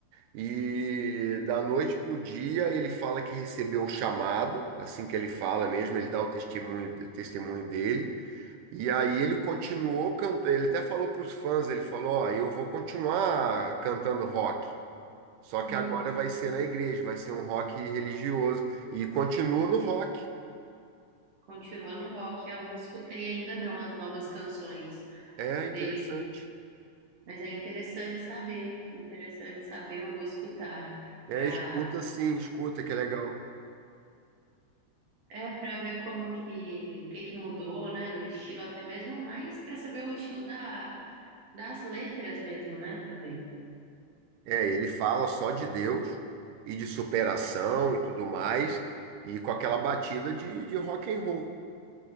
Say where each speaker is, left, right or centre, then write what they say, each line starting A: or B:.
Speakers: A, on the right (about 80°); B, on the right (about 55°).
A: e da noite pro dia ele fala que recebeu o chamado, assim que ele fala mesmo, ele dá o testemunho, o testemunho dele, e aí ele continuou cantando, ele até falou pros fãs, ele falou, ó, eu vou continuar cantando rock. Só que
B: Hum.
A: agora vai ser na igreja, vai ser um rock religioso. E continua no rock.
B: Continuando o rock, eu não escutei ainda não as novas canções
A: É interessante.
B: dele. Mas é interessante saber, interessante saber, eu vou escutar para
A: É, escuta sim, escuta que é legal.
B: é para ver como que que que mudou, né, no estilo até mesmo, mas para saber o estilo da das letras mesmo, né, também.
A: É, ele fala só de Deus e de superação e tudo mais, e com aquela batida de, de rock and roll.